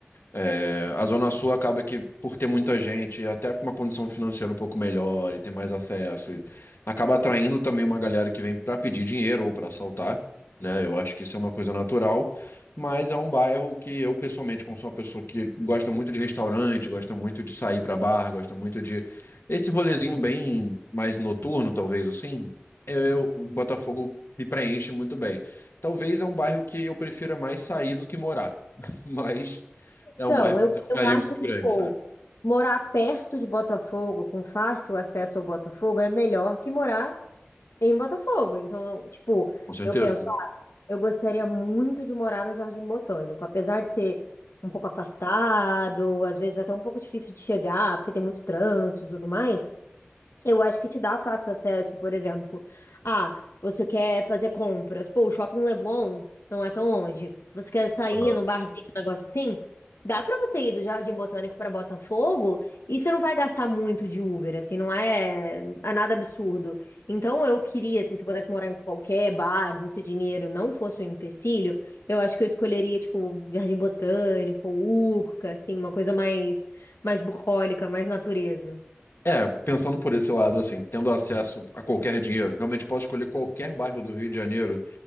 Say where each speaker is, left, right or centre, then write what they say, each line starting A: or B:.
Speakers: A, on the left (about 65°); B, on the left (about 85°).
A: É, a Zona Sul acaba que, por ter muita gente, até com uma condição financeira um pouco melhor e ter mais acesso, e acaba atraindo também uma galera que vem para pedir dinheiro ou para assaltar, né? Eu acho que isso é uma coisa natural, mas é um bairro que eu, pessoalmente, como sou uma pessoa que gosta muito de restaurante, gosta muito de sair para bar, gosta muito de esse rolezinho bem mais noturno, talvez assim, eu, eu- o Botafogo me preenche muito bem. Talvez é um bairro que eu prefira mais sair do que morar, <laughs> mas. É
B: Então,
A: um bairro que
B: eu,
A: eu tenho um
B: eu
A: carinho
B: acho
A: muito
B: que,
A: grande,
B: pô,
A: sabe?
B: morar perto de Botafogo, com fácil acesso ao Botafogo, é melhor que morar em Botafogo. Então, eu, tipo,
A: Com certeza.
B: eu penso, ah, eu gostaria muito de morar no Jardim Botânico, apesar de ser um pouco afastado, às vezes até um pouco difícil de chegar, porque tem muito trânsito e tudo mais. Eu acho que te dá fácil acesso, por exemplo. Ah, você quer fazer compras. Pô, o Shopping Leblon não é tão longe. Você quer sair
A: Aham.
B: num barzinho, um negócio assim? Dá pra você ir do Jardim Botânico pra Botafogo e você não vai gastar muito de Uber, assim, não é, é nada absurdo. Então eu queria, assim, se eu pudesse morar em qualquer bairro, se dinheiro não fosse um empecilho, eu acho que eu escolheria, tipo, Jardim Botânico, Urca, assim, uma coisa mais, mais bucólica, mais natureza.
A: É, pensando por esse lado, assim, tendo acesso a qualquer dinheiro, realmente posso escolher qualquer bairro do Rio de Janeiro,